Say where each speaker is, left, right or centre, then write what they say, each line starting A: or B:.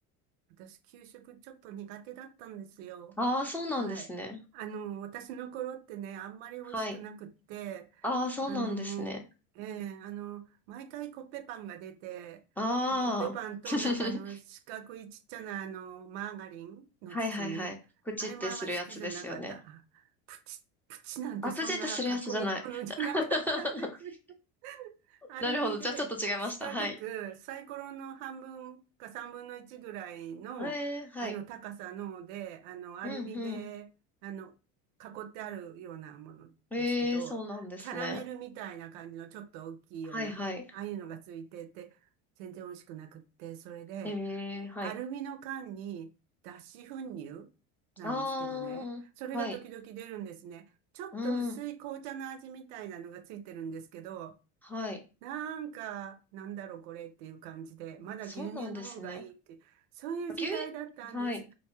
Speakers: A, on the right; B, in the centre.
A: 私、給食ちょっと苦手だったんですよ。
B: ああ、そうなんですね。
A: はい。あの、私の頃ってね、あんまり美味しくなくって、
B: はい。ああ、そうなんですね。
A: あの、ええ、あの、毎回コッペパンが出て、
B: ああ。
A: でコッペパンとなんかあの、
B: <laughs>
A: 四角いちっちゃなあの、マーガリンの包み。
B: はいはいはい。プチってするやつですよね。
A: あれもあんまり好きじゃなかった。プチ、プチなんてそんなかっこいいものじゃなかったんですよ。
B: あ、プチってするやつじゃない。<laughs>
A: <laughs> アルミで、
B: なるほど。じゃあちょっと違いました。
A: 四角くサイコロの半分か三分の一ぐらいの、
B: はい。えー、はい。
A: あの高さので、あのアルミで、
B: うん
A: あの、囲ってあるようなものですけど、
B: うん。えー、そうなんですね。
A: キャラメルみたいな感じのちょっと大きいような、
B: はいはい。
A: ああいうのがついてて、全然美味しくなくって、それで、
B: えー、はい。
A: アルミの缶に脱脂粉乳なんですけどね、
B: あー、
A: それが時々出るんですね。
B: はい。
A: ちょっと薄い紅茶の味みたいなのがついてるんですけど、
B: うん、はい。
A: なんか、なんだろうこれっていう感じで、まだ牛乳の方がいいって、
B: そうなんですね。
A: そういう時代だったんです。
B: 牛、はい。